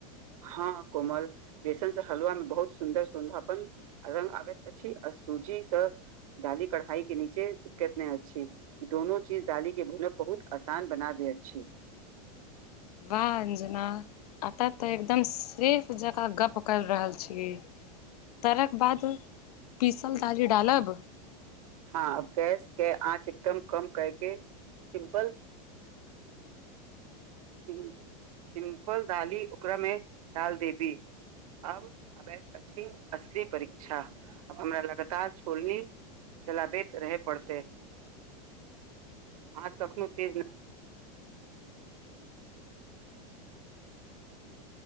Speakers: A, on the right (about 70°); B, on the left (about 80°).
A: हँ कोमल बेसन से हलुआ मे बहुत सुन्दर सुन्दर अपन रंग आबैत अछि आ सूजीसँ कढ़ाई के नीचे चिपकैत नहि अछि ई दोनो चीज डाली के भूनब बहुत आसान बना दे अछि
B: वाह अंजना आत तऽ एकदम हम सिर्फ जकाँ गप कर रहल छी तरक बात पीसल दाली डालब
A: हाँ गैस के आँच एकदम कम करके सिम्पल सिम्पल दाली ओकरा में डाल देबी अब अबैध अछि असली परीक्षा अब हमरा लगातार छोलनी चलाबैत रहे पड़तै आच कखनो तेज नहि <inaudible>